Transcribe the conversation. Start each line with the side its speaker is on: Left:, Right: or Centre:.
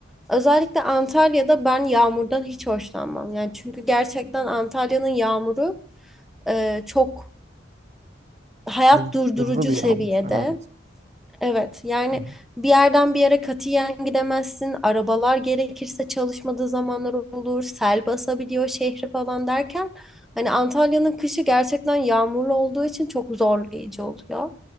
Centre: Özellikle Antalya'da ben yağmurdan hiç hoşlanmam. Yani çünkü gerçekten Antalya'nın yağmuru e, çok hayat
Right: Hız-
Centre: durdurucu
Right: Hızlı bir
Centre: seviyede.
Right: yağmur. Evet.
Centre: Evet yani
Right: Hı.
Centre: bir yerden bir yere katiyen gidemezsin. Arabalar gerekirse çalışmadığı zamanlar olur. Sel basabiliyor şehri falan derken hani Antalya'nın kışı gerçekten yağmurlu olduğu için çok zorlayıcı oluyor.